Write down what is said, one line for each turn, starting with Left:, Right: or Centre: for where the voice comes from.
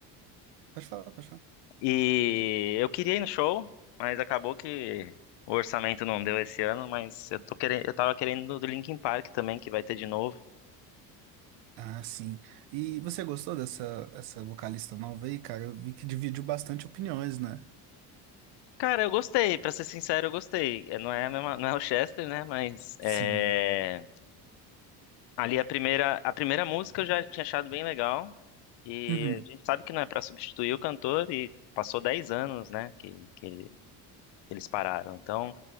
Right: Pode falar, pode falar.
Left: e eu queria ir no show, mas acabou que o orçamento não deu esse ano, mas eu tô querendo, eu tava querendo do Linkin Park também, que vai ter de novo.
Right: Ah, sim. E você gostou dessa essa vocalista nova aí, cara? Eu vi que dividiu bastante opiniões, né?
Left: Cara, eu gostei, pra ser sincero, eu gostei. É, Não é, a mesma- não é o Chester, né? Mas
Right: Sim.
Left: é, ali a primeira, a primeira música eu já tinha achado bem legal. E
Right: Uhum.
Left: a gente sabe que não é pra substituir o cantor e passou 10 anos, né, que, que ele- que eles pararam. Então,